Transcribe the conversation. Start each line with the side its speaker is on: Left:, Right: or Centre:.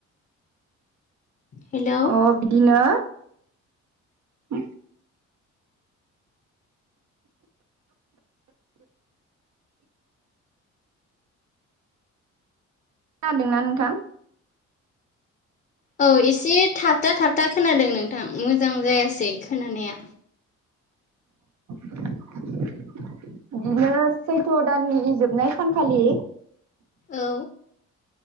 Left: हेलौ
Right: अ' बिदिनो <unintelligible> खोनादोंना नोंथां
Left: औ एसे थाबथा थाबथा खोनादों नोंथां मोजां जायासै खोनानाया
Right: <unintelligible> बिदिनो सैथ' दाननि जोबनाय सानखालि
Left: औ